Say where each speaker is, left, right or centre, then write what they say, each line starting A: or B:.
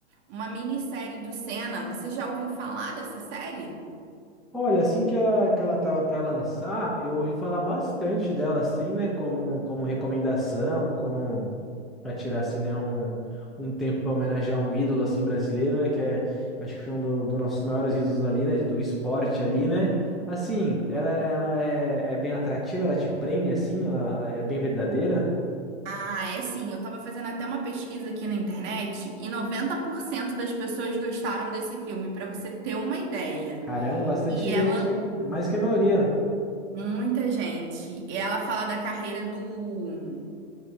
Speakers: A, on the right; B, in the centre.
A: uma minissérie do Senna. Você já ouviu falar dessa série?
B: Olha, assim que ela, que ela tava para lançar, eu ouvi falar bastante dela, assim, né? Como, como recomendação, como. Pra tirar assim, né, um, um tempo pra homenagear um ídolo assim brasileiro, né, que é, eu acho que foi um do, dos nossos maiores ídolos ali, né, do esporte ali, né? Assim, ela, ela é, é bem atrativa, ela te prende assim, ela é bem verdadeira.
A: Ah, é sim. Eu tava fazendo até uma pesquisa aqui na internet e 90% das pessoas gostaram desse filme, pra você ter uma ideia.
B: Caramba, bastante
A: E
B: gente,
A: ela,
B: hein? Mais que a maioria.
A: muita gente, e ela fala da carreira do